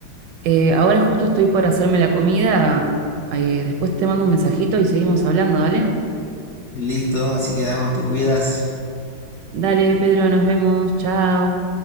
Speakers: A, on the right; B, on the left.
A: eh, ahora justo estoy por hacerme la comida. Eh, después te mando un mensajito y seguimos hablando, ¿dale?
B: Listo, así que damos, te cuidas.
A: Dale, Pedro, nos vemos. Chao.